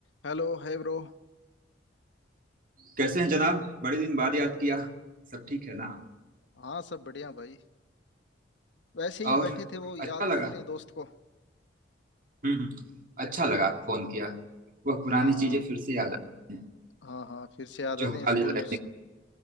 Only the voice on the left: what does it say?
हेलो है ब्रो
हाँ सब बढ़िया भाई वैसे
ही बैठे थे वो याद
कर लें दोस्त को
हाँ
हाँ
हाँ हाँ फिर से याद
आते
हैं स्कूल